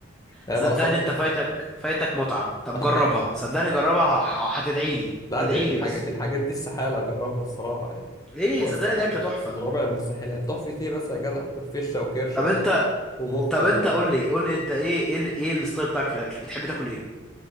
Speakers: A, on the left (about 20°); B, in the centre.
A: هي
B: صدقني
A: ناقصه
B: أنت فايتك فايتك متعة
A: <laughs>
B: طب جربها صدقني جربها ه- هتدعي لي
A: لا
B: ادعي
A: دي, دي,
B: لي
A: الحاج...
B: بس
A: دي الحاجات دي استحالة أجربها الصراحة يعني
B: ليه
A: هو
B: صدقني
A: است...
B: دي أكلة تحفة
A: من رابع المستحيلات تحفي ايه بس يا جدع <laughs> فشة وكرشة
B: طب
A: و...
B: أنت
A: ومخ
B: طب
A: و...
B: أنت قول لي قول لي أنت إيه إيه ال- إيه الستايل بتاعك في الأكل بتحب تاكل إيه